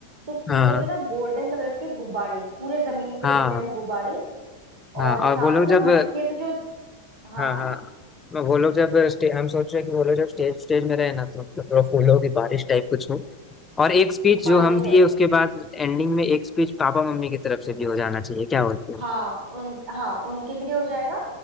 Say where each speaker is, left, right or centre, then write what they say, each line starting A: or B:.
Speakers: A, on the right; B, on the left.
A: तो पूरे
B: हाँ
A: पे ना गोल्डन कलर के गुब्बारे पूरे जमीन पे
B: हाँ
A: बिखरे होंगे गुब्बारे
B: हाँ
A: और साथ
B: और वो लोग जब
A: ना मटके से जो हाँ
B: हाँ
A: हाँ
B: हाँ वो लोग जब स्टे हम सोच रहे हैं कि वो लोग जब स्टेज स्टेज में रहे ना तो तो थोड़ा फूलों की बारिश टाइप कुछ हो और एक स्पीच
A: बारिश
B: जो हम दिए
A: टाइप
B: उसके बाद एंडिंग में एक स्पीच पापा मम्मी की तरफ से भी हो जाना चाहिए क्या बोलते हो
A: हाँ उन हाँ उनके भी लिए हो जाएगा